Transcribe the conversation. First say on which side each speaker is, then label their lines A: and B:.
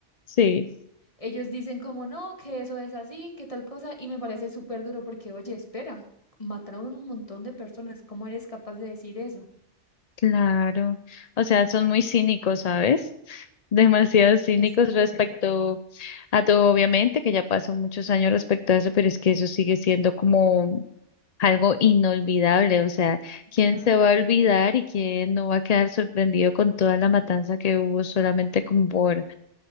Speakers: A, on the left; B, on the left.
A: Sí.
B: Ellos dicen como no, que eso es así, que tal cosa, y me parece súper duro porque, oye, espera, mataron un montón de personas, ¿cómo eres capaz de decir eso?
A: Claro, o sea, son muy cínicos, ¿sabes? <laughs> Demasiado cínicos
B: Exacto.
A: respecto a todo, obviamente, que ya pasó muchos años respecto a eso, pero es que eso sigue siendo como algo inolvidable,
B: Pues,
A: o sea, ¿quién
B: Claro.
A: se va a olvidar y quién no va a quedar sorprendido con toda la matanza que hubo solamente como por